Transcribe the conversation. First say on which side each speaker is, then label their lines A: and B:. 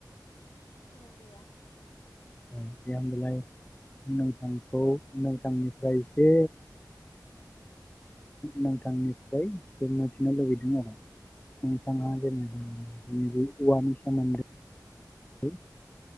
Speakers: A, on the left (about 60°); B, on the left (about 20°).
A: ओहो गैया
B: <inaudible> नोंथांखौ नोंथांनिफ्राय एसे नोंथांनिफ्राय मोनथिनो लुबैदों आरो नोंथाङा
A: औ
B: औवानि सोमोन्दै <inaudible> बे